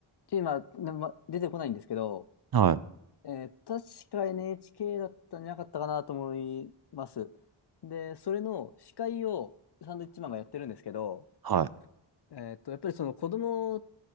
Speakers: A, on the left; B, on the right.
A: ちょ今、なま、出てこないんですけど、
B: はい、
A: えー確か NHK だったんじゃなかったかなと思います。で、それの司会をサンドウィッチマンがやってるんですけど、
B: はい。
A: えっと、やっぱりその子供